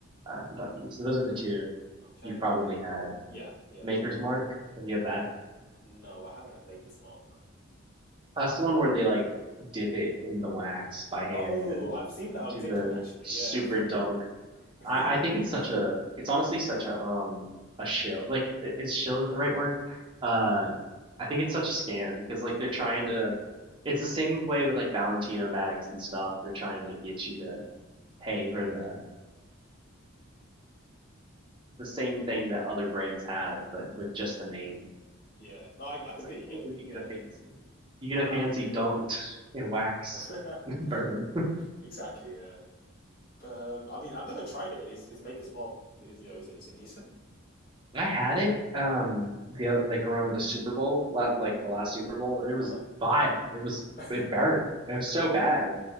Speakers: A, on the right; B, on the left.
A: uh, Kentucky. So those are the two
B: Okay,
A: you probably
B: okay.
A: had.
B: Yeah, yeah.
A: Maker's Mark, have you had that?
B: No, I haven't had Maker's Mark.
A: That's the one where they like dip it in the wax by hand
B: Oh,
A: and
B: I've seen that on
A: do
B: TikTok
A: the
B: actually.
A: super
B: Yeah. <laughs>
A: dunk I,
B: Yeah.
A: I think it's such a it's honestly such a um a shill like i- is shill is the right word uh I think it's such a scam because like they're trying to it's the same way with like Valentino bags and stuff they're trying to get you to pay for the the same thing that other brands have but
B: hmm
A: with just the name
B: Yeah. No, I, I
A: it's
B: completely
A: like
B: get
A: oh
B: what you
A: you
B: yeah.
A: get a fancy you get a fancy
B: I
A: dunked in wax
B: mean, I-
A: <laughs> bourbon
B: <laughs> exactly, yeah. But um, I mean, I've never tried it. Is is Maker's Mark is you know, is it is it decent?
A: I had it um the oth- like around the Super Bowl, la- like the last Super Bowl, and it was
B: Uh-huh.
A: vile. It was
B: <laughs>
A: it burnt. It was so bad.